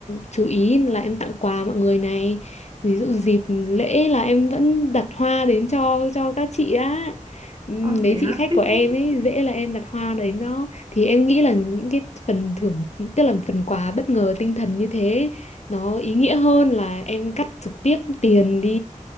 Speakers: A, on the left; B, on the right.
A: chú ý là em tặng quà mọi người này ví dụ dịp lễ là em vẫn đặt hoa đến cho cho các chị á Ừ,
B: Ơ
A: mấy
B: thế
A: chị
B: á,
A: khách
B: thích
A: của em
B: thế.
A: ấy dễ là em đặt hoa đến đó thì em nghĩ là những cái phần thưởng tức là phần quà bất ngờ tinh thần như thế nó ý nghĩa hơn là em cắt trực tiếp tiền đi